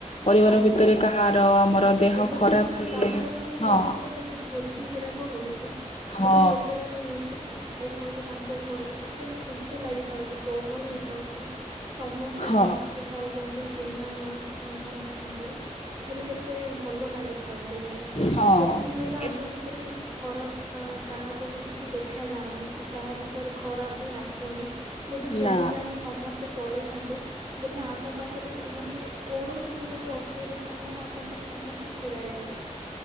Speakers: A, on the left; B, on the right.
A: ପରିବାର
B: ହଁ
A: ଭିତରେ କାହାର ଆମର ଦେହ
B: ଏବେ
A: ଖରାପ
B: ଦେଖନ୍ତୁ କାହାର
A: ହେଲେ
B: ବି
A: ହଁ।
B: ମନେକର ଯଦି ଭୋଜି ଗିରାକ ହଉଛି।
A: ହଁ
B: ବୁଲେ ଯେତେବେଳେ ଆମେ ମିଶି <inaudible> କି <inaudible> ଯାଇଥାଉ ଛେ ତା କୋ ଘରକୁ ଟିପେ ଖୁସି ଲାଗିଥାଉଛି ଗହଳି ହେଥାଉଛି ସମସ୍ତଙ୍କର
A: ହଁ
B: ଆସିି ଥାଉଚନ୍ତି ଚିହ୍ନା ଜଣା <unintelligible> ସମସ୍ତ ତଙ୍ଗର। ବୋଲି କେତେ ଭଲ ଲାଗିଥାଉଛି ହେଲେଲେ
A: ହଁ
B: ସେତିକି ବେଳେ ଆମ
A: ଏବେ
B: ଭିତରେ କିଛି ଖରାପ ଆଂ କାହାକୁ ବି କିଛି ଦେଖା ଯାଉନି କି କାହା ବିଷୟରେ ଖରାପ ବି ଆସୁନି। ଯଦି ସେମିତି
A: ନା
B: ଆମେ ସମତ୍ ଚଳିଥାନ୍ତେ ବଲେ ଆମ ପାଖରେ ମାନେ କୌଣସି ଏବେ ଯଦି ଅସୁବିଧା ସମୟରେ ଆମ ପାଖରେ ସମସ୍ତେ ଛିଡା ହେଇଥାନ୍ତେ।